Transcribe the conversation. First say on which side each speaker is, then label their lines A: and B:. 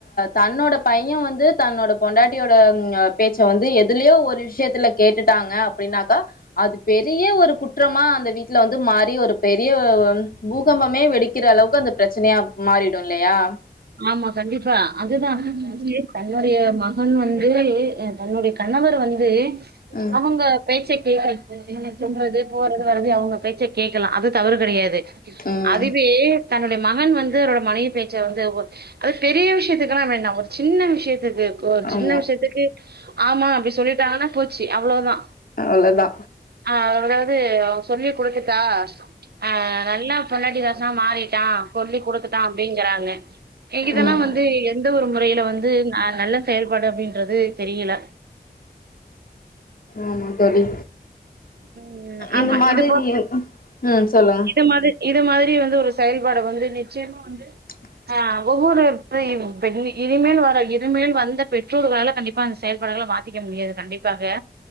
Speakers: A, on the left; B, on the right.
A: தன்னோட பைய வந்து தன்னோட பொண்டாட்டியோட ம் அ பேச்ச வந்து எதுலியோ ஒரு விஷயத்துல கேட்டுட்டாங்க அப்டின்னாக்கா அது பெரிய ஒரு குற்றமா அந்த வீட்ல வந்து மாறி ஒரு பெரிய பூகம்பமே வெடிக்கிற அளவுக்கு அந்த பிரச்சனையா மாறிடு இல்லயா
B: ஆமா கண்டிப்பா அதுதா எ தன்னுடைய மகன் வந்து தன்னுடைய கணவர் வந்து
A: ம்
B: அவுங்க பேச்ச கேக்கல <unintelligible> தூங்குறது போறது வரது அவுங்க பேச்ச கேட்கலா அது தவறு கெடயாது
A: ம்
B: அதுவே தன்னுடைய மகன் வந்து அவரோட மனைவி பேச்ச வந்து ஒ அத் பெரிய விஷ்யத்துக்கெல்லா வேண்டா ஒர் சின்ன விஷ்யத்துக்கு ஒர்
A: ஆமா
B: சின்ன விஷ்யத்துக்கு ஆமா அப்டி சொல்லிடாங்கன்னா போச்சி அவ்ளோதா
A: அவ்ளோதா
B: ஆ அதாவ்து அவ சொல்லி குடுத்துட்டா ஆ நல்லா பொன்டாட்டிதாஸ்னா மாறிட்டா சொல்லி குடுத்துட்டா அப்டிங்கறாங்க இதெல்லா
A: ம்
B: வந்து எந்த ஒரு முறையில வந்து அ நல்ல செயல்பாடு அப்டின்றது தெரியல
A: ஆமா தோழி
B: ம் ஆமா
A: இது மாதிரி
B: போ
A: நீ ம் சொல்லு
B: இது மாதிரி இது மாதிரி வந்து ஒரு செயல்பாட வந்து நிச்சயமா வந்து
A: <inaudible>
B: அ ஒவ்வொரு <unintelligible> இனிமேல் வர இருமேல் வந்த பெற்றோர்களால கண்டிப் ப்பா அந் செயல்பாடுகள்ளா மாத்திக்க முடியாது கண்டிப்பாக